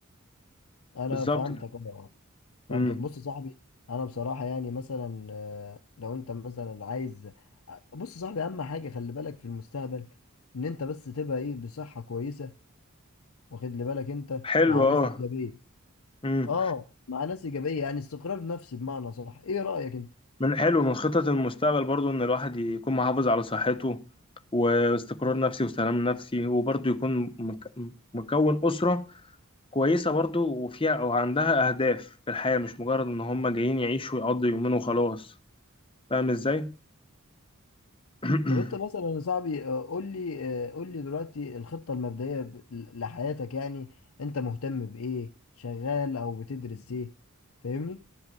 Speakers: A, on the left; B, on the left.
A: انا
B: بالظبط
A: فهمتك
B: كده
A: انا
B: امم
A: فهمتك بص يا صاحبي انا بصراحه يعني مثلا آه، لو انت مثلا عايز بص يا صاحبي اهم حاجه خلي بالك في المستقبل ان انت بس تبقى ايه بصحه كويسه واخد لي بالك انت
B: حلو
A: مع ناس
B: اه
A: ايجابيه
B: امم
A: اه مع ناس ايجابيه يعني استقرار نفسي بمعنى صح ايه رايك انت
B: من حلو من خطط المستقبل برضو ان الواحد يكون محافظ على صحته واستقرار نفسي وسلام نفسي وبرضو يكون مك- مكون أسرة كويسة برضو وفيها او عندها اهداف في الحياة مش مجرد ان هم جايين يعيشوا ويقضوا يومين وخلاص فاهم ازاي؟ <clears throat>
A: طب انت مثلا يا صاحبي آه، قول لي آه، قول لي دلوقتي الخطه المبدئيه ب- لحياتك يعني انت مهتم بايه شغال او بتدرس ايه فاهمني